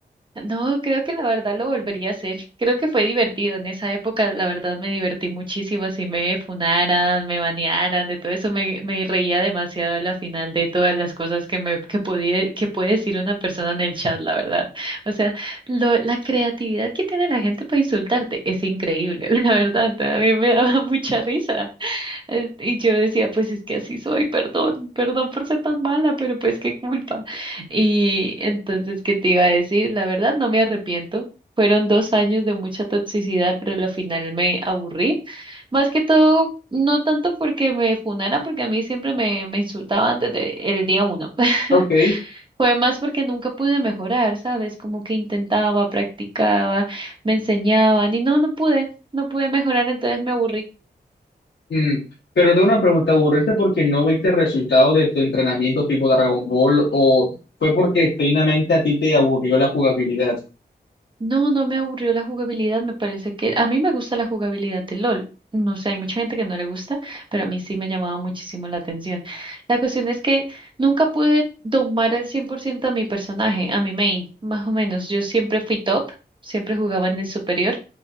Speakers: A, on the right (about 25°); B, on the left (about 75°).
A: No, creo que la verdad lo volvería a hacer. Creo que fue divertido en esa época. La verdad me divertí muchísimo. Si me funaran, me banearan, de todo eso me, me reía demasiado a la final de todas las cosas que me que podía, que puede decir una persona en el chat, la verdad. O sea, lo, la creatividad que tiene la gente para insultarte es increíble, <laughs> la verdad. A mí me daba mucha risa. Eh, Y yo decía, pues es que así soy, perdón, perdón por ser tan mala, pero pues qué culpa. Y entonces, ¿qué te iba a decir? La verdad, no me arrepiento. Fueron dos años de mucha toxicidad, pero al final me aburrí. Más que todo, no tanto porque me funaran, porque a mí siempre me, me insultaban desde el día uno. <laughs>
B: Ok,
A: Fue más porque nunca pude mejorar, ¿sabes? Como que intentaba, practicaba, me enseñaban y no, no pude, no pude mejorar, entonces me aburrí.
B: mm, pero tengo una pregunta, ¿aburriste porque no viste el resultado de tu entrenamiento tipo Dragon Ball o fue porque genuinamente a ti te aburrió la jugabilidad?
A: No, no me aburrió la jugabilidad, me parece que a mí me gusta la jugabilidad de LOL. No sé, hay mucha gente que no le gusta, pero a mí sí me llamaba muchísimo la atención. La cuestión es que nunca pude domar al 100% a mi personaje, a mi main, más o menos. Yo siempre fui top, siempre jugaba en el superior